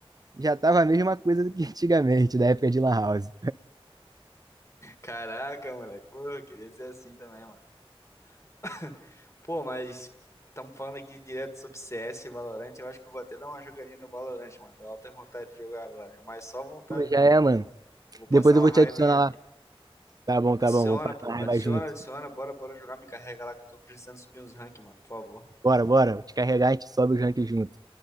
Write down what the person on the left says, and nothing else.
Caraca, moleque. Pô, eu queria ser assim também, mano. <laughs> Pô, mas estamos falando aqui direto sobre CS e Valorant. Eu acho que eu vou até dar uma jogadinha no Valorant, mano. Deu alta vontade de jogar agora. Mas só vontade
mesmo,
porque
eu vou passar
uma
raivinha
ali.
Adiciona,
pô.
Adiciona,
adiciona. Bora, bora jogar. Me carrega lá que eu tô precisando subir uns rank, mano. Por favor.